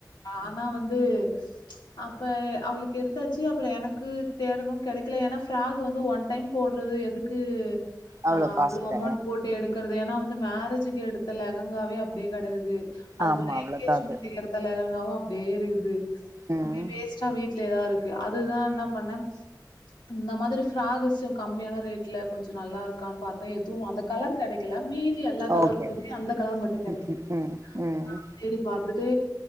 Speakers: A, on the left; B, on the right.
A: ஆனா வந்து ஓ அப்ப அவளுக்கு எடுத்தாச்சு அப்புறம் எனக்கு தேடணும் கெடைக்கல ஏன்னா ஃப்ராக் வந்து ஒன் டைம் போடுறது எதுக்கு
B: அவ்ளோ
A: ஆஹ்
B: காஸ்ட்ல
A: அவ்வளவு அமௌண்ட் போட்டு எடுக்கறது ஏன்னா வந்து மேரேஜுக்கு எடுத்த லகங்காவே அப்டே கடக்குது அது
B: ஆமா
A: போல
B: அவ்ளோதா
A: எங்கேஜ்மெண்ட்க்கு
B: அது
A: எடுத்த லகங்க அப் வேற இது
B: ம்
A: அப்டே வேஸ்டா வீட் த இருக்கு அதுதான் என்ன பண்னே இந்த மாதிரி ஃப்ராக் கம்மியான ரேட்ல கொஞ்சம் நல்லா இருக்கான்னு பாத்தேன் எதுவும் அந்த கலர் கிடைக்கல மீதி எல்லா கலரு
B: ஓகே
A: தூக்கி அந்த கலர் மட்டும் கெடைக்கல
B: ம் ம் ம் ம்
A: நா தேடி பாத்துட்டு